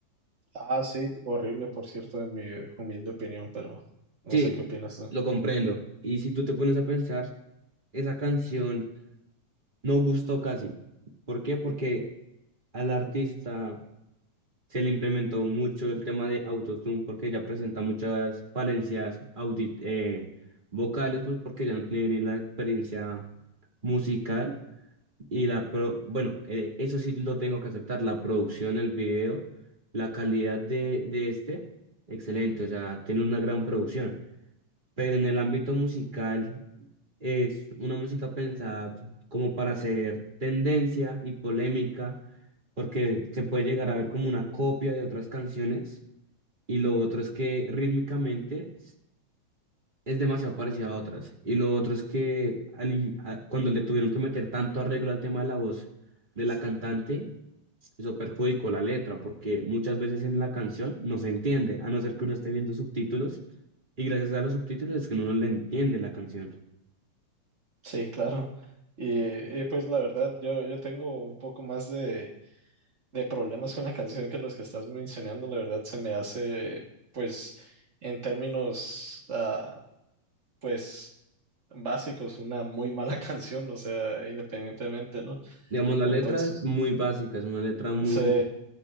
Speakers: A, on the right; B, on the right.
A: Ah, sí, horrible, por cierto, en mi humilde opinión, pero no
B: Sí,
A: sé qué opinas tú.
B: lo comprendo. Y si tú te pones a pensar, esa canción No gustó casi. ¿Por qué? Porque al artista se le implementó mucho el tema de autotune porque ya presenta muchas falencias audit eh, vocales, pues porque ya no tiene ni la experiencia musical y la pro bueno, eh, eso sí lo tengo que aceptar, la producción, el video, la calidad de, de este, excelente, o sea, tiene una gran producción, pero en el ámbito musical es una música pensada como para hacer tendencia y polémica, porque se puede llegar a ver como una copia de otras canciones. Y lo otro es que rítmicamente s- es demasiado parecida a otras. Y lo otro es que al- a- cuando le tuvieron que meter tanto arreglo al tema de la voz de la Sí. cantante, eso perjudicó la letra, porque muchas veces en la canción no se entiende, a no ser que uno esté viendo subtítulos. Y gracias a los subtítulos es que uno no le entiende la canción.
A: Sí, claro. Y, y, pues la verdad, yo, yo tengo un poco más de, de problemas con la canción que los que estás mencionando, la verdad se me hace, pues, en términos ah pues básicos, una muy mala <laughs> canción, o sea, independientemente, ¿no?
B: Digamos, la
A: Entonces,
B: letra es muy básica, es una letra muy,
A: sí,